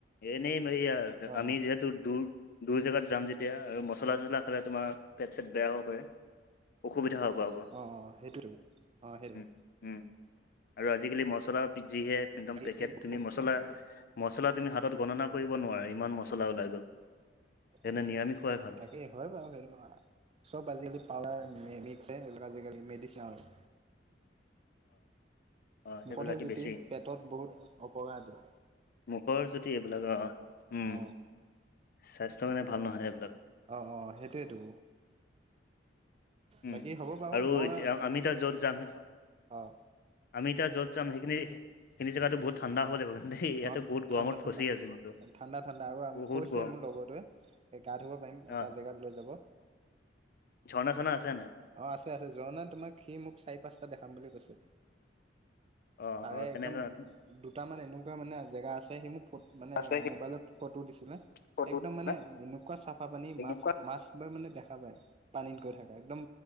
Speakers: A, on the left; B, on the right.
A: এনে এইয়া
B: অ অ
A: আমি যিহেতু দূৰ দূৰ জেগাত যাম যেতিয়া আৰু মছলা চছলা খালে তোমাৰ পেট চেট বেয়া হ'ব পাৰে। অসুবিধা হ'ব আকৌ।
B: অ সেইটোতো অ সেইটোৱে
A: উম উম আৰু আজিকালি মছলা যিহে একদম
B: সেই
A: পেকেট তুমি মছলা মছলা তুমি হাতত গণনা কৰিব নোৱাৰা ইমান মছলা ওলাই গ'ল। সেইকাৰণে
B: এই
A: নিৰামিষ খোৱাই ভাল
B: তাকে হয় বাৰু সেইটো চব আজিকালি পাউদাৰ মিক্সাৰ এইবিলাক আজিকালি মেডিছেন আৰু
A: <inaudible> অ
B: মুখতহে
A: সেইবিলাকে
B: জুতি
A: বেছি
B: পেটত বহুত অপকাৰ দিয়ে।
A: মুখৰ যুটি এইবিলাক অ উম
B: অ
A: স্বাস্থ্য কাৰণে ভাল নহয় এইবিলাক।
B: অ অ সেইটোৱেতো।
A: উম
B: বাকী হ'ব বাৰু
A: আৰু
B: মই
A: এতিয়া আমি তাত য'ত যাম হে
B: অ
A: আমি এতিয়া যত যাম সেইখিনি সেইখিনি জেগাতো বহুত ঠাণ্ডা হব লাগিব কিন্তু দেই ইয়াতে
B: অ
A: বহুত গৰমত
B: ঠাণ্ডা
A: ফচি
B: ঠাণ্ডা।
A: আছো কিন্তু
B: ঠাণ্ডা ঠাণ্ডা আৰু
A: বহুত
B: কৈছে
A: গৰম
B: মোৰ লগৰটোৱে গা ধুব পাৰিম এটা
A: অ
B: জেগাত লৈ যাব।
A: ঝৰ্ণা ঝৰ্ণা আছে নাই?
B: অ আছে আছে ঝৰ্ণা তোমাক সি মোক চাৰি পাঁচটা দেখাম বুলি কৈছে।
A: অ
B: তাৰে
A: অ তেনেকা
B: একদম দুটামান এনেকুৱা মানে জেগা আছে সি মোক মানে
A: আছে
B: মোবাইলত ফটো দিছিলে।
A: ফটো
B: একদম
A: দিছিলে
B: মানে এনেকুৱা চাফা পানী
A: এনেকুৱা
B: মাছ মাছবোৰ মানে দেখা পায় পানীত গৈ থাকা একদম